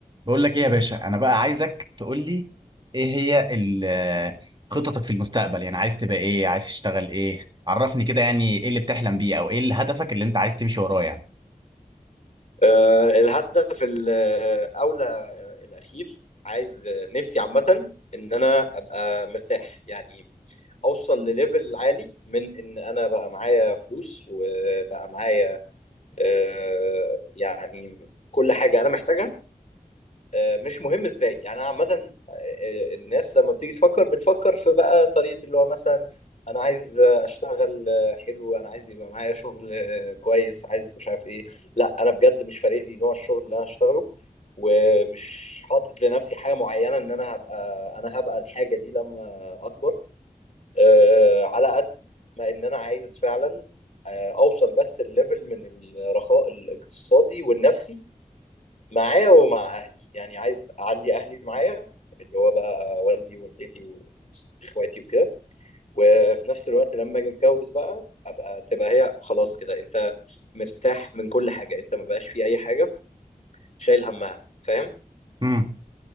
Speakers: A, on the right; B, on the left.
A: بقول لك ايه يا باشا انا بقى عايزك تقول لي ايه هي ال- خططك في المستقبل يعني عايز تبقى ايه عايز تشتغل ايه عرفني كده يعني ايه اللي بتحلم بيه او ايه اللي هدفك اللي انت عايز تمشي وراه يعني
B: آه، الهدف الأولى الأخير عايز نفسي عامة إن أنا أبقى مرتاح يعني أوصل لليفل عالي من إن أنا بقى معايا فلوس وبقى معايا آه، يعني كل حاجة أنا محتاجها آه، مش مهم ازاي يعني انا عامه آه، آه، الناس لما بتيجي تفكر بتفكر في بقى طريقه اللي هو مثلا انا عايز آه، اشتغل آه، حلو انا عايز يبقى معايا شغل آه، كويس عايز مش عارف ايه لا انا بجد مش فارق لي نوع الشغل اللي انا هشتغله ومش حاطط لنفسي حاجه معينه ان انا هبقى انا هبقى الحاجه دي لما اكبر آه، على قد ما ان انا عايز فعلا آه، اوصل بس الليفل من الرخاء الاقتصادي والنفسي معايا ومع اهلي يعني عايز اعلي اهلي معايا اللي هو بقى والدي ووالدتي واخواتي وكده وفي نفس الوقت لما اجي اتجوز بقى ابقى تبقى هي خلاص كده انت مرتاح من كل حاجه انت ما بقاش في اي حاجه شايل همها فاهم
A: امم